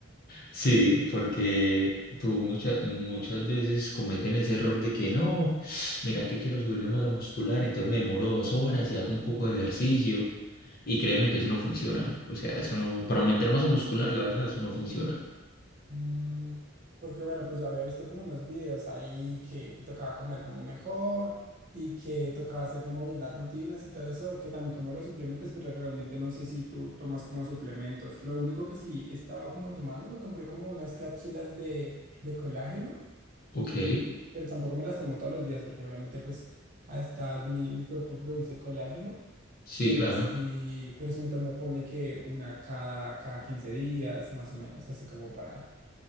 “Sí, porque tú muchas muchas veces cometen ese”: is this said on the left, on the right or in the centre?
Left